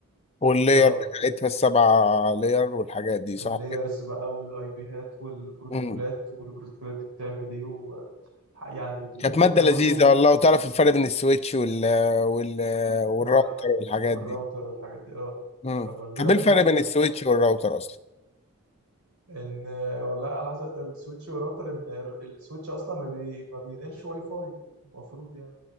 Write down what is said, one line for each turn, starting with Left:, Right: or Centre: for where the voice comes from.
Left: واللير
Right: اه
Left: بتاعتها
Right: لازم
Left: السبعة لير والحاجات دي صح
Right: اللايرز
Left: كده
Right: بقى والاي بي هات والبروتوكولات
Left: امم
Right: والبروتوكولات دي بتعمل ايه و... يعني النتورك
Left: كانت مادة
Right: ده
Left: لذيذة
Right: برضو
Left: والله وتعرف الفرق بين السويتش وال وال والراوتر
Right: آه،
Left: والحاجات
Right: والراوتر
Left: دي
Right: والحاجات دي اه
Left: امم
Right: فبرضه
Left: طب
Right: لازم
Left: ايه الفرق
Right: ايه
Left: بين
Right: تبقى
Left: السويتش
Right: فاهم
Left: والراوتر اصلا
Right: ان آه، والله على حسب السويتش والراوتر ان ال- السويتش اصلا ما بي ما بينقلش واي فاي المفروض يعني